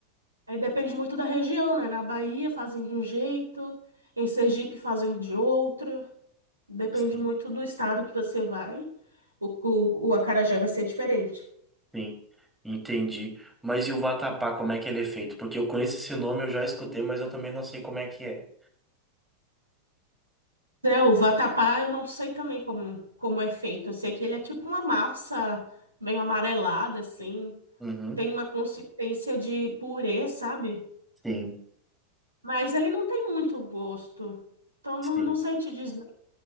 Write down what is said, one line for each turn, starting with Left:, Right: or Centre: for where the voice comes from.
Right: Aí depende muito da região, né? Na Bahia fazem de um jeito, em Sergipe fazem de outro. Depende
Centre: sim,
Right: muito do estado que você vai. O, o, o acarajé vai ser diferente.
Centre: sim. Entendi. Mas e o vatapá, como é que ele é feito? Porque eu conheço esse nome, eu já escutei, mas eu também não sei como é que é.
Right: É, o vatapá eu não sei também como, como é feito. Eu sei que ele é tipo uma massa meio amarelada, assim.
Centre: Uhum.
Right: Tem uma consistência de purê, sabe?
Centre: Sim.
Right: Mas ele não tem muito gosto. Então
Centre: Sim,
Right: não, não sei te dizer.